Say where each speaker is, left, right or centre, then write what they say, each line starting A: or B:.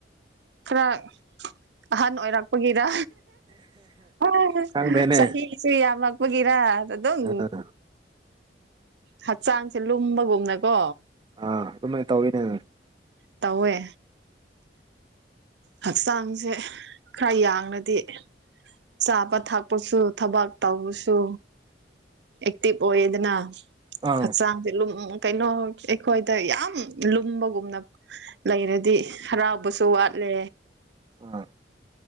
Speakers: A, on the right; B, on the right.
A: ꯈꯔ ꯑꯍꯟ ꯑꯣꯏꯔꯛꯄꯒꯤꯔ ꯍ
B: ꯈꯪꯗꯦꯅꯦ
A: ꯁꯍꯤꯁꯤ ꯌꯥꯝꯃꯒ ꯃꯒꯔ ꯑꯗꯨꯣ
B: ꯑꯥ
A: ꯍꯛꯆꯥꯡꯁꯦ ꯂꯨꯝꯕꯒꯨꯝꯅꯀꯣ
B: ꯑꯥ ꯑꯗꯨꯃꯥꯏꯅ ꯇꯧꯋꯤꯅꯦ
A: ꯇꯧꯋꯦ ꯍꯛꯆꯥꯡꯁꯦ ꯈꯔ ꯌꯥꯡꯅꯗꯤ ꯆꯥꯕ ꯊꯛꯄꯁꯨ ꯊꯕꯛ ꯇꯧꯕꯁꯨ ꯑꯦꯛꯇꯤꯚ ꯑꯣꯏꯌꯦꯗꯅ
B: ꯑꯥ
A: ꯍꯛꯆꯥꯡꯁꯂ ꯀꯩꯅꯣ ꯑꯩꯈꯣꯏꯗ ꯌꯥꯝ ꯂꯨꯝꯕꯒꯨꯝꯅ ꯂꯩꯔꯗꯤ ꯍꯔꯥꯎꯕꯁꯨ ꯋꯥꯠꯂꯦ
B: ꯎꯝ